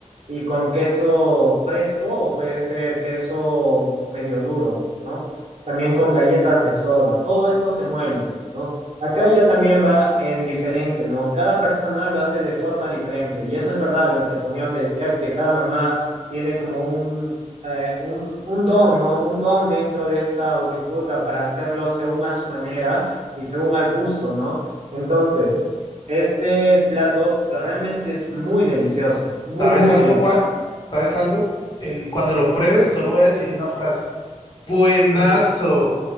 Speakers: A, on the right (about 55°); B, on the left (about 30°).
A: y con queso fresco o puede ser queso medio duro, ¿no? También con galletas de soda. Todo esto se muele. ¿no? Acá ya también va en diferente, ¿no? Cada persona lo hace de forma diferente. Y eso es verdad, lo que tu amigo te decía, que cada mamá tiene como un, eh, un, un don, ¿no? Un don dentro de esta uchucuta para hacerlo según a su manera y según al gusto, ¿no? Entonces, este plato realmente es muy delicioso, muy,
B: ¿Sabes
A: muy
B: algo,
A: delicioso.
B: Juan? ¿Sabes algo? El, cuando lo pruebe, solo voy a decir una frase. Buenazo,
A: <clears throat> <laughs>